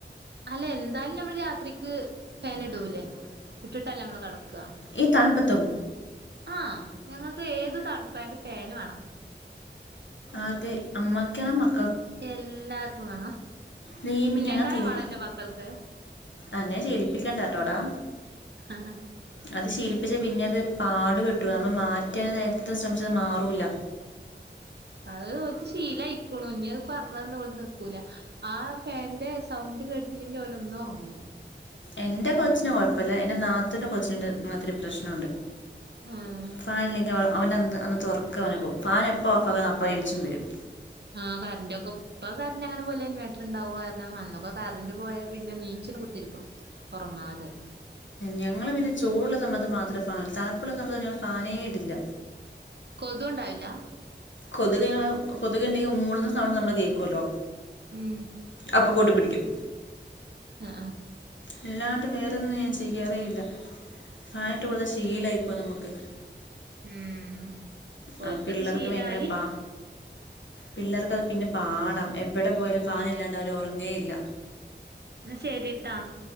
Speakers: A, on the right; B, on the left.
A: അല്ലെ എന്തായാലും നമ്മൾ രാത്രിക്ക് ഫാൻ ഇടൂല്ലേ ഇട്ടിട്ടല്ലേ നമ്മള് കെടക്ക
B: ഈ തണുപ്പത്തും
A: ആഹാ ഞങ്ങക്കേത് തണുപ്പായാലും ഫേന് വേണം.
B: ആർക്ക് അമ്മയ്ക്കാണോ? മക്ക
A: എല്ലാർക്കും വേണം
B: ദൈവമേ
A: എന്നേക്കായും
B: ഞങ്ങൾ തിരി
A: വേണം എന്റെ മക്കൾക്ക്.
B: അങ്ങനെ ശീലിപ്പിക്കണ്ട കേട്ടോടാ
A: അഹാ
B: അത് ശീലിപ്പിച്ചാ പിന്നെ അത് പാടുപെട്ടു പോവും നമ്മള് മാറ്റാനെത്ര ശ്രമിച്ചാലും അത് മാറൂല്ല
A: അഹ് ഓൽക്ക് ശീലായിക്കുണു ഇഞ്ഞത് പറഞ്ഞാന്നോല് നിക്കൂല ആ ഫാന്റെ സൗണ്ട് കേട്ടില്ലെങ്കി ഓലൊന്നും ഒറങ്ങൂല
B: എൻ്റെ കൊച്ചിന് കൊഴപ്പല്ല എന്റെ നാത്തൂന്റെ കൊച്ചിനു അങ്ങനത്തെ രു പ്രശ്നണ്ട്.
A: ആഹ്
B: ഫാനില്ലെങ്കിൽ അവ അവന്റെ അന്ന് ഒർക്കാപോവും ഫാൻ എപ്പോ ഓഫാക്കാന്നൊ അപ്പ എണിച്ചും വരും.
A: ആഹ് കർൻ്റൊക്കൊം- ഇപ്പൊ കറണ്ടങ്ങനെ പോയാലും ഇൻവെർട്ടർണ്ടാവും കാരണം അന്നൊക്കെ കരണ്ട് പോയാ പിന്നെ നീച്ചിട് കുത്തിരിക്കും ഒറങ്ങാതെ.
B: ഞങ്ങള് പിന്നെ ചൂടുള്ള സമയത്ത് മാത്രേ ഫാൻ തണുപ്പുള്ള സമയത്ത് ഞങ്ങൾ ഫാനേ ഇടില്ല.
A: കൊതുണ്ടാവില്ലാ?
B: കൊതുകി കൊതുക ഉണ്ടെങ്കിൽ മൂളുന്ന സൗണ്ട് നമ്മള് കേൾക്കുല്ലോ?
A: ഉം
B: അപ്പോ ബോട്ട് പിടിക്കും.
A: ആഹ് ആഹാ.
B: അല്ലാണ്ട് വേറൊന്നും ഞാൻ ചെയ്യാറേ ഇല്ല ഫാനിട്ട് കൊടുത്ത് ശീലായിപ്പൊം നമ്മക്ക്.
A: ഉം ഓൽക്കത്
B: ആ പിള്ളേർക്ക്
A: ശീലായി?
B: ഭയങ്കര പാ പിള്ളേർക്കത് പിന്നെ പാട എവിടെ പോയാലും ഫാാനില്ലാണ്ട് അവര് ഒറങ്ങേയില്ല.
A: ന്നാ ശരിട്ടാ.